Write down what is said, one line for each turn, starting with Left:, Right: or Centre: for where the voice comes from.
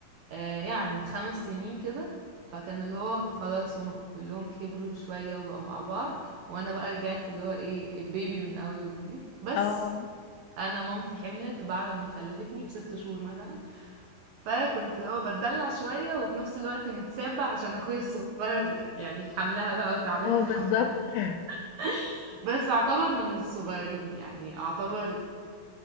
Right: آه، يعني خمس سنين كده فكان اللي هو خلاص هما كلهم كبروا شوية وبقوا مع بعض وانا بقى رجعت اللي هو ايه البيبي من اول وجديد بس
Left: اه
Right: انا مامتي حملت بعد ما خلفتني بست شهور مثلا فكنت اللي هو بتدلع شوية وفي نفس الوقت متسابة عشان اخويا الصغير يعني حملها بقى وتعبانة
Left: اه
Right: في
Left: بالظبط
Right: حملها
Left: <laughs>
Right: <laughs> بس اعتبر من الصغيرين يعني اعتبر